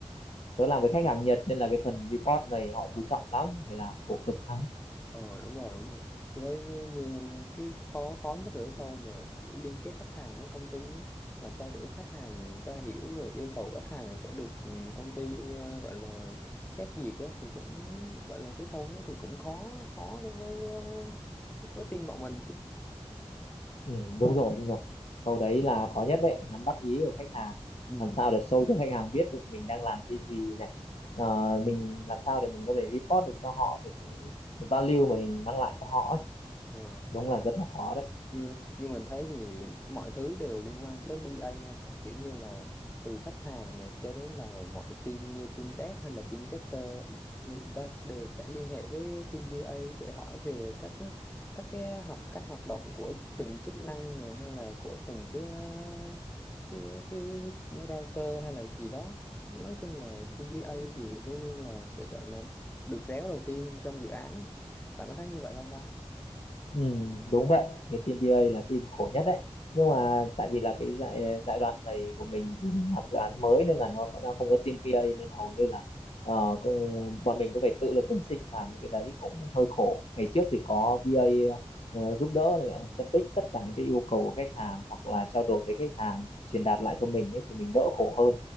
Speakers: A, on the left; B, on the left.
A: tớ làm với khách hàng Nhật nên là cái phần report này họ chú trọng lắm, phải làm khổ cực lắm.
B: ờ đúng rồi đúng rồi tôi thấy như, như cái khó khó nhất là cái câu mà kiểu liên kết khách hàng với công ty á. làm sao để khách hàng người ta hiểu rồi yêu cầu khách hàng sẽ được ừ, công ty ờ, gọi là xét duyệt á thì cũng gọi là cái khâu đó thì cũng khó khó đối với ờ, với team bọn mình
A: Ừ, đúng rồi, đúng rồi. Câu đấy là khó nhất đấy, nắm bắt ý của khách hàng.
B: Ừ.
A: Làm sao để show cho khách hàng biết được mình đang làm cái gì này. Ờ, mình làm sao để mình có thể report được cho họ được cái, cái value mà mình mang lại cho họ ấy.
B: Ờ.
A: Đúng là rất là khó đấy.
B: như như mình thấy thì mọi thứ đều liên quan tới BA nha tại kiểu như là từ khách hàng này cho đến là mọi team như team dev hay là team tester người ta đều sẽ liên hệ với team BA để hỏi về các các cái học cách hoạt động của từng chức năng này hay là của từng cái uh, cái, cái router hay là gì đó nói chung là team BA thì luôn luôn là sẽ gọi là được réo đầu tiên trong dự án bạn có thấy như vậy không ta
A: Ừ, đúng vậy, cái team BA là team khổ nhất đấy. Nhưng mà tại vì là cái giai giai đoạn này của mình thì mình làm dự án mới nên là nó không- nó không có team BA nên hầu như là ờ, cô- bọn mình cứ phải tự lực cánh sinh làm những cái đấy cũng hơi khổ. Ngày trước thì có BA ờ, giúp đỡ này, ờ, phân tích tất cả những cái yêu cầu của khách hàng hoặc là trao đổi với khách hàng truyền đạt lại cho mình ấy thì mình đỡ khổ hơn.